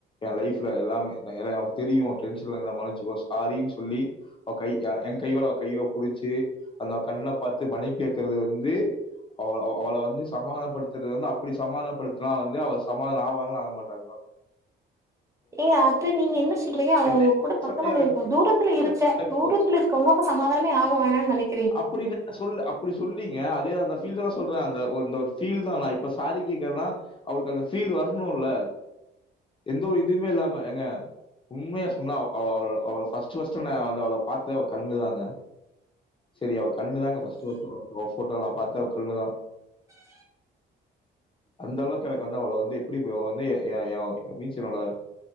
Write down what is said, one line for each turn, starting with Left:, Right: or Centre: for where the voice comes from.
Left: எ லைஃப்ல எல்லாமே ஏனா தெரியு டென்ஷனா இருந்தா மன்னிச்சுக்கோ சாரின்னு சொல்லி அவ கை எ எ கையோட அவ கைய புடிச்சி அந்த கண்ண பாத்து மன்னிப்பு கேக்குறது வந்து அவ அவள வந்து சமாதானப்படுத்துறது வந்து அப்டி சமாதானப்படுத்துனா வந்து அவ சமாதான ஆவாங்ளா ஆக மாட்டாங்ளா
Right: ஏ அது நீங்க என்ன சொல்றீங்க அவ
Left: என்ன
Right: உங்கூட பக்கமா
Left: சண்டையா
Right: போயிருக்குனு
Left: இருக்கும்
Right: தூரத்துல இருக்க தூரத்துல கொங்கக்கு சமாதானமே ஆகவேனானு நெனைக்கு
Left: அப்டில்ல சொல் அப்டி சொல்றீங்க அதே அந்த ஃபீல்டெல்லா சொல்றே அந்த ஒரு ஃபீல் தா நா இப்ப சாரி கேக்குறேன்னா அவளுக்கு அந்த ஃபீல் வரணுல்ல எந்த ஒரு இதுவுமே இல்லாம ஏங்க உண்மையா சொன்னா அவ அவள அவள ஃபஸ்ட் ஃபஸ்ட் நா வந்து அவள பாத்தது அவ கண்ணுதாங்க சரியா அவ கண்ணுதாங்க ஃபஸ்ட் ஃபஸ்ட் பாத்தே <inaudible> நா பாத்தது கண்ணுதா அந்த அளவுக்கு எனக்கு வந்து அவள வந்து எப்டி வந்து எ எ மீச்சுனுள